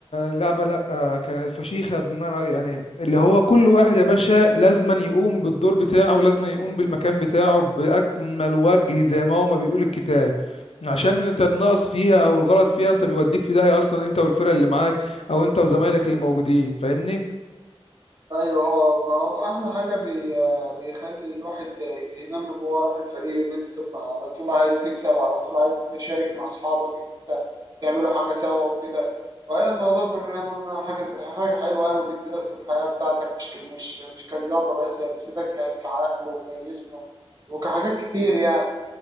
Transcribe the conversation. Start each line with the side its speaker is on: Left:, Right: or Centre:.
Left: لعبة لا كانت فشيخة بمعنى يعني اللي هو كل واحد يا باشا لازما يقوم بالدور بتاعه ولازما يقوم بالمكان بتاعه بأكمل وجه زي ما هو ما بيقول الكتاب عشان انت النقص فيها او الغلط فيها انت بيوديك في داهية اصلا انت والفرق اللي معاك او انت وزمايلك اللي موجودين فاهمني
Right: ايوه اه ما هو احلى حاجه بي... بيخلي الواحد ينمي جواه روح الفريق ان انت تبقى على طول عايز تكسب على طول عايز تشارك مع اصحابك ان انت تعملوا حاجه سوا وكده فهي الموضوع في الرياضه انها حاجه ز- حاجه حلوه يعني وبتفيدك في الحياه بتاعتك مش ك... مش مش كرياضه بس هي بتفيدك ك... كعقل وكجسم وكحاجات كتير يعني